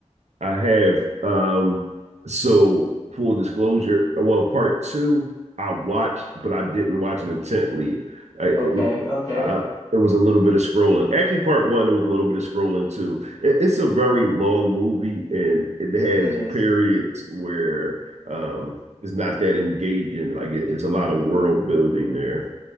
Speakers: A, on the right; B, on the left.
A: I have. Um, so full disclosure, well, part two I watched, but I didn't watch it intently. I,
B: Okay,
A: it,
B: okay.
A: I, it was a little bit of scrolling. Actually, part one, there was a little bit of scrolling too. It, it's a very long movie, and it has
B: It is.
A: periods where um, it's not that engaging. Like it, it's a lot of world building there.